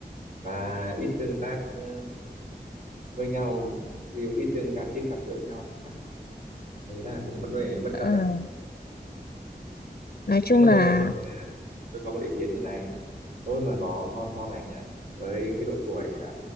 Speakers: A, on the right (about 50°); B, on the left (about 60°).
A: và ít tương tác ờ, với nhau thì ít tương gặp ít gặp gỡ nhau nhỉ Tôi thấy là cũng vẫn về bất
B: ờ,
A: cập đấy
B: nói chung
A: nhưng mà
B: là
A: tôi có một ờ, tôi có một ý kiến như này tôi mà có con sau này nhá với cái độ tuổi à,